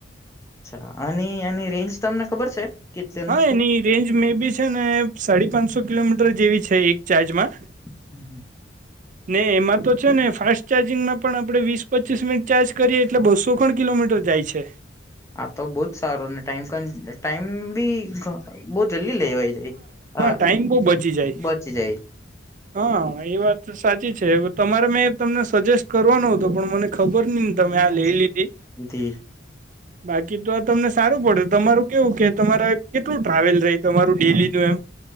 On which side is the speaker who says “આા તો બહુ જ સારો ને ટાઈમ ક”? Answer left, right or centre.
Left